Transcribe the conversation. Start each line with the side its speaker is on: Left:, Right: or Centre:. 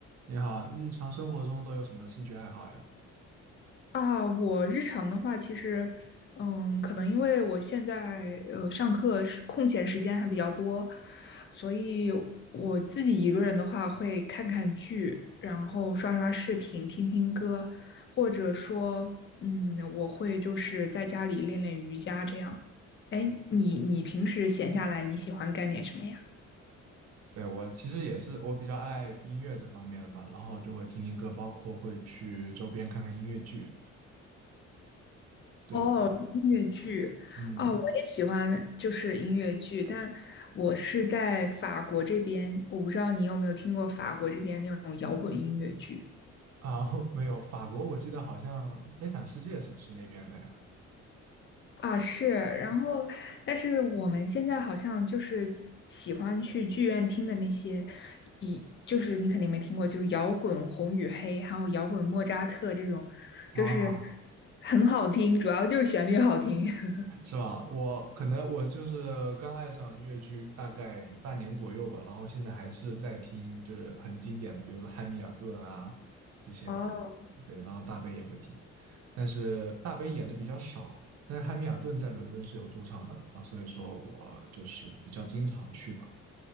Right: 你好，日常生活中都有什么兴趣爱好呀？
Left: 啊，我日常的话，其实，嗯，可能因为我现在呃上课是空闲时间还比较多，所以我自己一个人的话会看看剧，然后刷刷视频、听听歌，或者说，嗯，我会就是在家里练练瑜伽这样。哎，你你平时闲下来你喜欢干点什么呀？
Right: 对，我其实也是，我比较爱音乐这方面的吧，然后就会听听歌，包括会去周边看看音乐剧。对，
Left: 哦，
Right: 就
Left: 音乐剧啊，
Right: 嗯，
Left: 我也喜欢，就是音乐剧，但我是在法国这边，我不知道你有没有听过法国这边那种摇滚音乐剧
Right: 啊，<laughs> 没有，法国我记得好像《悲惨世界》是不是那边的呀？
Left: 啊，是，然后，但是我们现在好像就是喜欢去剧院听的那些，一就是你肯定没听过，就摇滚《红与黑》，还有摇滚莫扎特这种，
Right: 啊，
Left: 就是很好听，主要就是旋律好听。<laughs>
Right: 是吧？我可能我就是刚爱上音乐剧大概半年左右吧，然后现在还是在听，就是很经典的，比如说《汉密尔顿》啊这些的。
Left: 哦，
Right: 对，然后大悲也会听。但是大杯演的比较少，但是汉密尔顿在伦敦是有驻场的，啊，所以说我就是比较经常去吧，